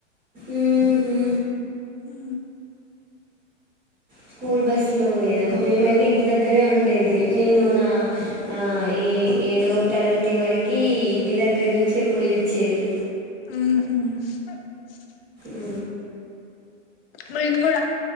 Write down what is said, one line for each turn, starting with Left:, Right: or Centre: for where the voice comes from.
Right: ఊహు
Left: హూ
Right: స్కూల్ బస్లో వోయేది మేమైతే ఇంటి దగ్గరే ఉండేది నేను నా ఆ ఎ ఎ ఏడో తరగతి వరకీ ఇంటి దగ్గర్నుంచే పోయొచ్చేది
Left: ఊహు
Right: ఊ
Left: నేన్ గూడా